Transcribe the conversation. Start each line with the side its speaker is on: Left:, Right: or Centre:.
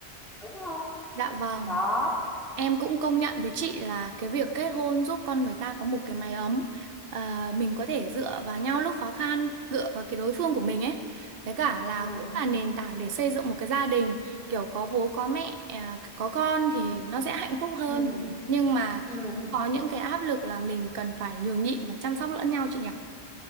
Centre: đúng không
Right: dạ vâng.
Centre: đó
Right: Em cũng công nhận với chị là cái việc kết hôn giúp con người ta có một cái mái ấm. À, mình có thể dựa vào nhau lúc khó khăn, dựa vào cái đối phương của mình ấy. Với cả là
Centre: ừ,
Right: cũng là nền tảng để xây dựng một cái gia đình, kiểu có bố có mẹ, à, có con thì nó sẽ hạnh phúc hơn.
Centre: ừ,
Right: Nhưng mà
Centre: ừ.
Right: có những cái áp lực là mình cần phải nhường nhịn và chăm sóc lẫn nhau chị nhỉ?